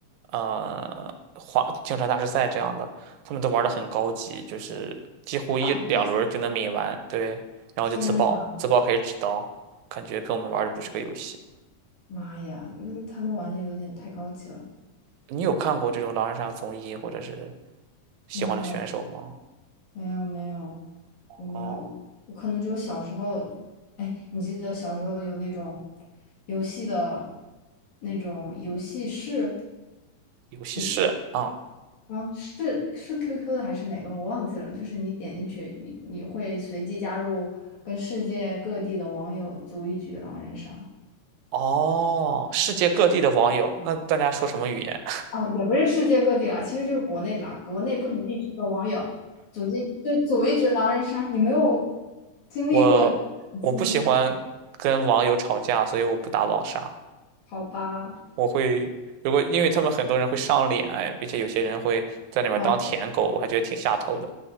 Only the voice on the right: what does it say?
呃花京城大师赛这样的，他们都玩的很高级，就是几乎一两轮儿就能抿完，
对，然后就自爆，
自爆可以指刀，感觉跟我们玩儿的不是个游戏。
你有看过这种狼人杀综艺或者是喜欢的选手吗？
哦，
游戏室啊。
哦，世界各地的网友，那大家说什么语言？
<laughs>
我我不喜欢跟网友吵架，所以我不打网杀。
我会如果因为他们很多人会上脸，哎，并且有些人会在里面当舔狗，
我还觉得挺下头的。